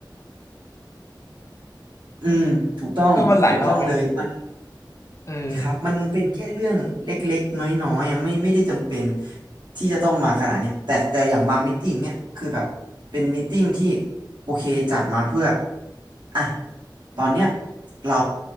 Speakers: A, on the right; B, on the left.
A: อืมถูกต้องถูกต้องเลยมัน
B: ก็มันหลายรอบไปนะเออ
A: ครับมันเป็นแค่เรื่องเล็กๆน้อยๆอ่ะไม่ไม่ได้จำเป็นที่จะต้องมาขนาดเนี้ยแต่แต่อย่างบางมิทติ้งเนี่ยคือแบบเป็นมิทติ้งที่โอเคจัดมาเพื่ออ่ะ ตอนเนี้ยเรา